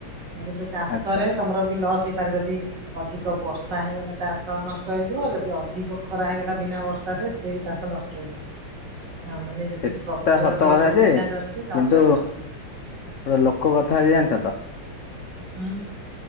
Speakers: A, on the right (about 55°); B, on the left (about 65°).
A: କିନ୍ତୁ ଚାଷ
B: ଆଚ୍ଛା
A: ରେ ତମର ବି ଲସ୍ ହେଇପାରେ ଯଦି ଅଧିକ ବର୍ଷା ହେଇଗଲେ ଚାଷ ସ ନଷ୍ଟ ହେଇଯିବ ଯଦି ଅଧିକ ଖରା ହେଇଗଲା ବିନା ବର୍ଷାରେ ସିଏ ବି ଚାଷ ନଷ୍ଟ ହେଇଯିବ। ହଁ ମାନେ
B: ସେଟା
A: ଯେତିକି ପ୍ରଫିଟର
B: ସତ
A: ଟିକେ
B: କଥା
A: ଯେତିକି
B: ଯେ
A: ଚାନ୍ସ ଅଛି ଲସ
B: କିନ୍ତୁ
A: ର ବି ଅଛି।
B: ଗୋଟେ ଲୋକ କଥା ହେ ଜାଣିଛ ତ?
A: ହୁଁ।